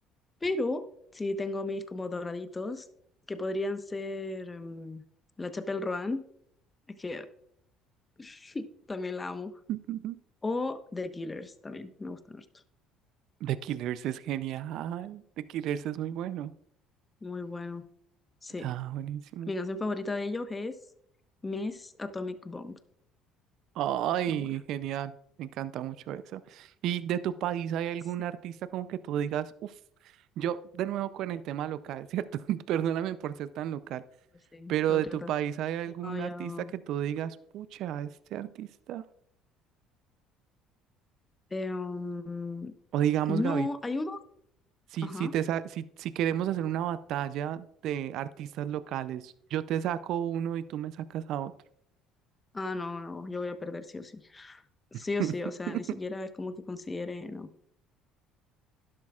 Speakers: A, on the left (about 20°); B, on the right (about 65°).
A: Pero sí tengo mis como doraditos que podrían ser mm, La Chapelle Roan, es que <laughs> también la amo.
B: <laughs> ujú,
A: O The Killers también, me gustan harto.
B: The Killers es genial. The Killers es muy bueno.
A: Muy bueno. Sí.
B: Ah, buenísimo.
A: Mi canción favorita de ellos es Miss Atomic Bomb.
B: Ay,
A: Muy buena.
B: genial. Me encanta mucho eso. ¿Y de tu país hay algún
A: Sí,
B: artista como que tú digas, uff, yo de nuevo con el tema local, ¿cierto? <laughs> Perdóname por ser tan local,
A: pues sí.
B: pero
A: Patriota.
B: de tu país hay algún
A: No, yo.
B: artista que tú digas, pucha, este artista?
A: Eh, um,
B: O digamos,
A: no,
B: Gaby,
A: hay uno.
B: si,
A: Ajá.
B: si, te sa- si, si queremos hacer una batalla de artistas locales, yo te saco uno y tú me sacas a otro.
A: Ah, no, no, yo voy a perder sí o sí. Sí
B: <laughs>
A: o sí, o sea, ni siquiera es como que considere, no.